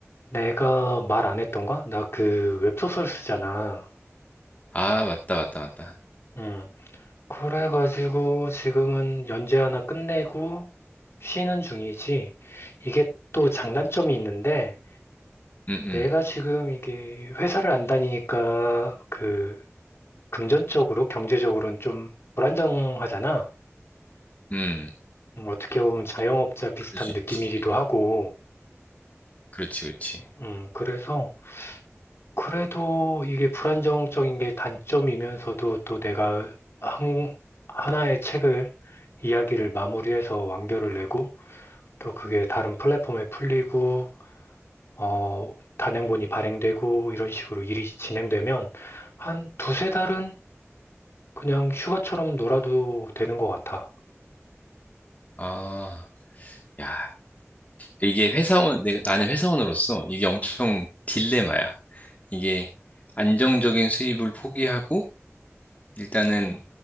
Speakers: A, on the left; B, on the left.
A: 내가 말 안 했던가? 나 그 웹소설 쓰잖아.
B: 아, 맞다, 맞다, 맞다.
A: 음. 그래가지고 지금은 연재 하나 끝내고 쉬는 중이지. 이게 또 장단점이 있는데
B: 음, 음,
A: 내가 지금 이게 회사를 안 다니니까 그 금전적으로 경제적으로는 좀 불안정하잖아.
B: 음.
A: 음, 어떻게 보면 자영업자 비슷한
B: 그럴 수
A: 느낌이기도
B: 있지.
A: 하고.
B: 그렇지, 그렇지.
A: 음, 그래서 그래도 이게 불안정적인 게 단점이면서도 또 내가 한, 하나의 책을 이야기를 마무리해서 완결을 내고 또 그게 다른 플랫폼에 풀리고, 어, 단행본이 발행되고, 이런 식으로 일이 진행되면 한 두세 달은 그냥 휴가처럼 놀아도 되는 것 같아.
B: 아, 야, 이게 회사원, 내가, 나는 회사원으로서 이게 엄청 딜레마야. 이게 안정적인 수입을 포기하고, 일단은